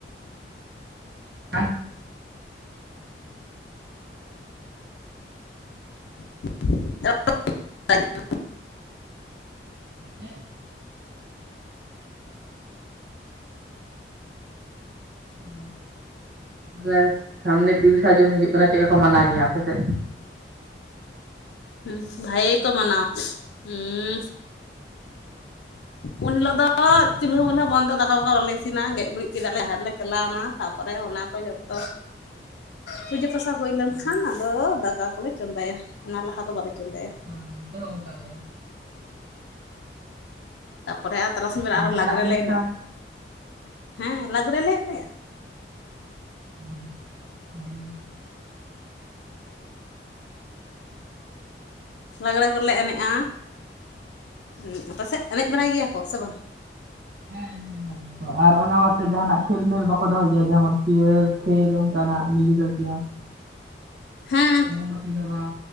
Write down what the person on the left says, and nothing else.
<unintelligible>
ᱦᱩᱸ ᱵᱷᱟᱭ ᱠᱚ ᱢᱟᱱᱟᱣᱟ ᱦᱩᱸ ᱩᱱ ᱦᱤᱞᱳᱜ ᱫᱚ ᱪᱩᱞᱦᱟᱹ ᱵᱩᱞᱦᱟᱹ ᱵᱚᱱᱫᱚ ᱫᱟᱠᱟ ᱢᱟᱠᱟ ᱵᱟᱞᱮ ᱤᱥᱤᱱᱟ ᱜᱮᱡ ᱜᱩᱨᱤᱡ ᱠᱮᱫᱟ ᱞᱮ ᱟᱨ ᱞᱮ ᱪᱟᱞᱟᱣᱱᱟ ᱛᱟᱯᱚᱨᱮ ᱚᱱᱟ ᱠᱚ ᱡᱚᱛᱚ ᱯᱩᱡᱟᱹ ᱯᱟᱥᱟ ᱦᱩᱭ ᱞᱮᱱ
ᱠᱷᱟᱱ ᱟᱫᱚ ᱫᱟᱠᱟ ᱠᱚᱞᱮ ᱪᱚᱸᱫᱟᱭᱟ ᱚᱱᱟ ᱞᱟᱦᱟ ᱫᱚ ᱵᱟᱞᱮ ᱪᱚᱸᱫᱟᱭᱟ᱾
ᱛᱟᱯᱚᱨᱮ ᱟᱨ ᱛᱟᱨᱟᱥᱤᱧ ᱵᱮᱟᱨ
ᱟᱨᱦᱚᱸ
ᱞᱟᱜᱽᱲᱮ
ᱞᱮ ᱮᱱᱮᱡᱼᱟ, ᱦᱮᱸ ᱞᱟᱸᱜᱽᱲᱮ ᱞᱮ ᱮᱱᱮᱡᱼᱟ
ᱞᱟᱜᱽᱲᱮ ᱠᱚᱞᱮ ᱮᱱᱮᱡᱼᱟ ᱦᱩᱸ ᱟᱯᱮᱥᱮᱫ ᱮᱱᱮᱡ ᱵᱟᱲᱟᱭ ᱜᱮᱭᱟ ᱠᱚ ᱥᱮ ᱵᱟᱝ?
ᱦᱮᱸ